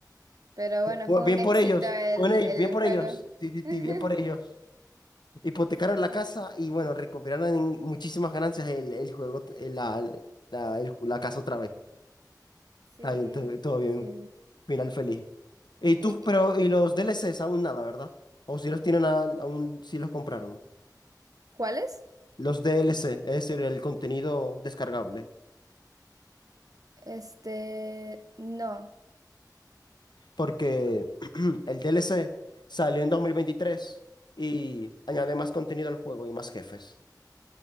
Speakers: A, on the right; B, on the left.
A: Pero bueno,
B: Bu-
A: fue
B: Bien
A: un éxito
B: por ellos,
A: el,
B: bueno, y
A: el
B: bien por
A: juego.
B: ellos, sí, sí,
A: <laughs>
B: sí, bien por ellos. Hipotecaron
A: Sí,
B: la casa y bueno, recuperaron en muchísimas ganancias el, el juego, el- la, la, el la casa otra vez.
A: sí,
B: Está bien, todo, todo bien.
A: sí.
B: Final feliz. Y tú,
A: ¿Y,
B: pero,
A: y-
B: y los DLCs aún nada, ¿verdad? O si los tienen a- aún, si los compraron.
A: cuáles?
B: Los DLC, es decir, el contenido descargable.
A: Este, no,
B: Porque
A: no.
B: <clears throat> el DLC salió en 2023 y añade más contenido al juego y más jefes.